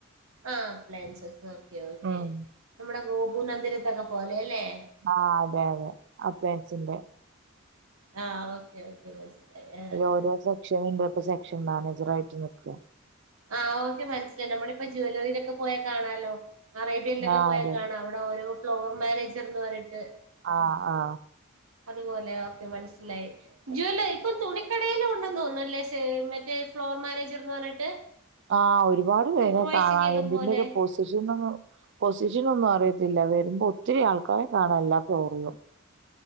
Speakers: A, on the right; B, on the right.
A: ആ പ്ലാൻസസ് ആ ഓക്കേ ഓക്കേ
B: ഉം
A: നമ്മുടെ പൂന്നന്തിരത്തൊക്കെ പോലെ അല്ലേ
B: ആഹ അതെ അതെ അപ്പേച്ചിറെ
A: ആഹ ഓക്കെ ഓക്കെ മനസ്സിലായി ആ ആ
B: ഓരോ സെക്ഷൻ <unintelligible> പ്പ സെക്ഷൻ മാനേജർ ആയിട്ട് നിക്ക്അ
A: ആഹ് ഓക്കെ മനസ്സിലായി. നമ്മളിപ്പ ജുവലറീലൊക്കെ പോയ കാണാലോ അറേബ്യൻലക്കെ
B: ആഹ്
A: പോയാ
B: അതെ
A: കാണാം അവിടെ ഓരോ ഫ്ലോർ മാനേജർന്ന് പറഞ്ഞിട്ട്
B: ആആ
A: അതുപോലെ മനസ്സിലായി. ജ്വല്ല ഇപ്പം തു ക്കടേലു ഒണ്ടെന്ന് തോന്ന്ന്നല്ലോ സെ മറ്റേ ഫ്ലോർ മാനേജർന്ന് പറഞ്ഞിട്ട്
B: ആ ഒരുപാട് പേരെ
A: സൂപ്പർവൈസിംഗ്
B: കാണാ
A: ഒക്കെ
B: എന്തിന്റെക്കെ
A: പോലെ
B: പൊസിഷൻ ഒന്നും പൊസിഷന ഒന്നും അറിയത്തില്ല വരുമ്പോ ഒത്തിരി ആൾക്കാരെ കാണാം എല്ലാ ഫ്ലോറിലും